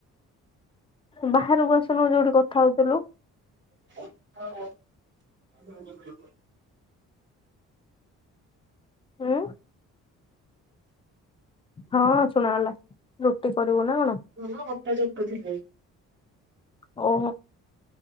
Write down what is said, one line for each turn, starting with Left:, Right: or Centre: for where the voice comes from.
Left: ବାହାରୁକୁ ଆସୁନୁ ଯୋଉଠି କଥା ହଉଥିଲୁ।
Right: <inaudible>
Left: ଉଁ? ହଁ ଶୁଣାଗଲା। ରୁଟି କରିବୁ ନା କଣ?
Right: ମୁଁ ନା ଅଟା ଚକଟୁଥିଲି।
Left: ଓ